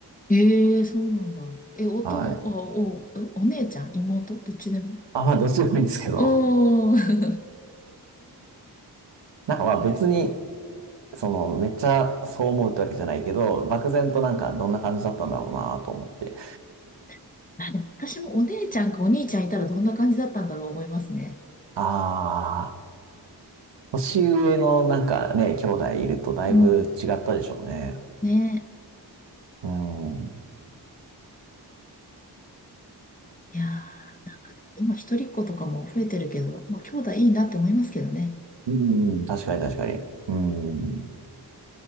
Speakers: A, on the left; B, on the right.
A: ええそうなんだ。え、おと、
B: はい。
A: お、お、お姉ちゃん、妹、どっちでも。
B: あ、まあ、どっちでもいいんですけど、
A: うーん。
B: なんかまあ別に、その、めっちゃそう思うってわけじゃないけど、漠然となんかどんな感じだったんだろうなと思って。
A: <laughs> あ、でも私もお姉ちゃんかお兄ちゃんいたらどんな感じだったんだろう思いますね。
B: ああ、年上のなんかね、兄弟いるとだいぶ違ったでしょうね。
A: うん。ね
B: うん。
A: え。いやー、なんかでも今一人っ子とかも増えてるけど、まあ兄弟いいなって思いますけどね。
B: うん、確かに確かに。うん。うん、